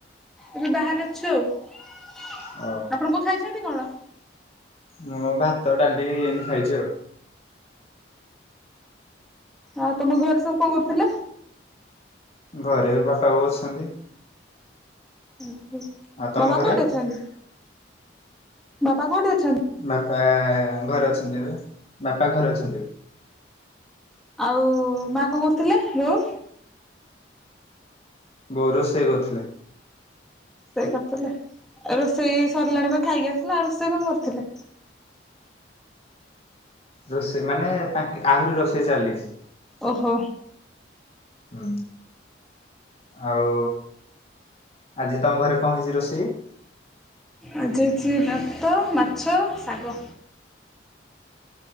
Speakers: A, in the centre; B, on the left.
A: ଏବେ ବାହାରେ ଅଛୁ ଆଉ। ଆପଣ
B: ଓ
A: କଣ ଖାଇ ଚନ୍ତି କଣ?
B: ମୁଁ ଭାତ ଡାଲି ଏନ୍ତି ଖାଇଛି ଆଉ।
A: ଆଉ ତମ ଘରେ ସବୁ କଣ କରୁଥିଲେ?
B: ଘରେ ବାପା ବୋଉ ଅଛନ୍ତି।
A: ଓ ହ
B: ଆଉ ତମ
A: ବାବା
B: ଘରେ
A: କୋଉଠି ଅଛନ୍ତି? ବାପା କୋଉଠି ଅଛ
B: ବାପା ଘରେ ଅଛନ୍ତି ଏବେ। ବାପା ଘରେ ଅଛନ୍ତି।
A: ଆଉ ମା କଣ କରୁଥିଲେ ବୋଉ?
B: ବୋଉ ରୋଷେଇ କରୁଥିଲେ।
A: ରୋଷେଇ କରୁଥିଲେ ଆ ରୋଷେଇ ସରିଲାଣି ବା ଖାଇକି ଆସିଲ ଆଉ ରୋଷେଇ କଣ କରୁଥିଲେ?
B: ରୋଷେଇ ମାନେ ତାଙ୍କେ ଆହୁରି ରୋଷେଇ ଚାଲିଚି।
A: ଓହୋ।
B: ହଁ ଆଉ ଆଜି ତମ ଘରେ କଣ ହେଇଚି ରୋଷେଇ?
A: ଆଜି ହେଇଚି ଭାତ ମାଛ ଶାଗ।